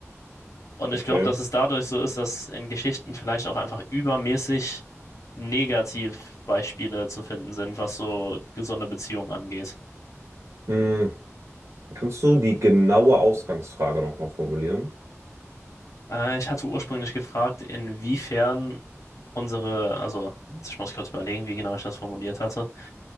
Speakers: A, on the left; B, on the right.
A: Und ich
B: okay.
A: glaube, dass es dadurch so ist, dass in Geschichten vielleicht auch einfach übermäßig Negativbeispiele zu finden sind, was so gesunde Beziehungen angeht.
B: Hm, kannst du die genaue Ausgangsfrage nochmal formulieren?
A: Äh, ich hatte ursprünglich gefragt, inwiefern unsere, also ich muss kurz überlegen, wie genau ich das formuliert hatte,